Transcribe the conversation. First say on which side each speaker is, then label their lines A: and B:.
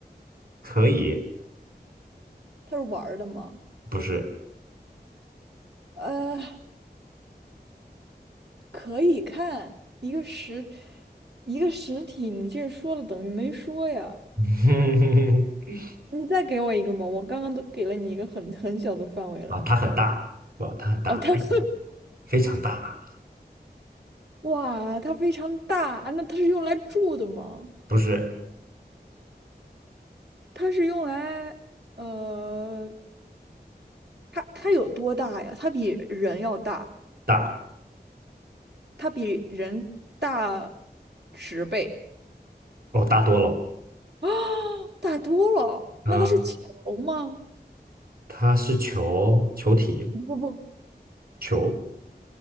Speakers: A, on the right; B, on the right.
A: 可以，
B: 它是玩儿的吗？
A: 不是，
B: 呃，可以看一个实一个实体，你这说了等于没说呀。
A: <laughs>
B: 你再给我一个嘛，我刚刚都给了你一个很很小的范围了。
A: 啊，它很大，是吧？它很大，
B: 哦，它 <laughs> 很
A: 非常大，
B: 哇，它非常大，那它是用来住的吗？
A: 不是
B: 它是用来，呃，它它有多大呀？它比人要大，
A: 大，
B: 它比人大十倍
A: 哦，大多了，
B: 啊，<gasps> 大多了。
A: 嗯，
B: 那它是球吗？
A: 它是球，球体，
B: 不不不，
A: 球，